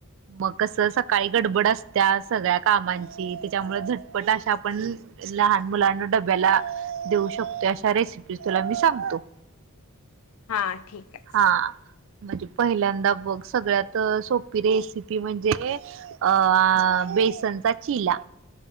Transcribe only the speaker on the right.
मग कसं सकाळी गडबड असतस सगळ्या कामची त्याच्यामुळे झटपट अशा पण लहान मुलांना डब्याला देऊ शत अशा रेसिपी तुला मी सांगतो
हा म्हणजे पहिल्यांदा बघ सगळ्यात सोपी रेसिपी म्हणजे अ बेसनचा चिला